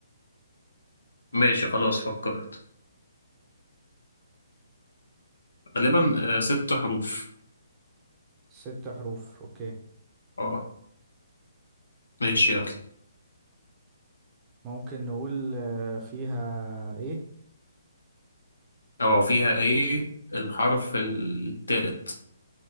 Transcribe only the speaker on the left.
ماشي خلاص فكرت غالبا آه، ست حروف
اه ماشي يلا
اه فيها ايه الحرف التالت